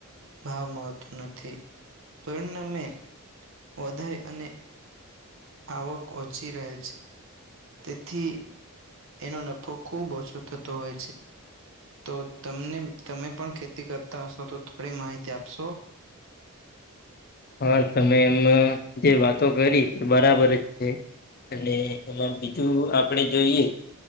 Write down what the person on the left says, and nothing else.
હા તમે એમ જે વાતો કરી તે બરાબર જ છે. અને એમાં બીજું આપણે જોઈએ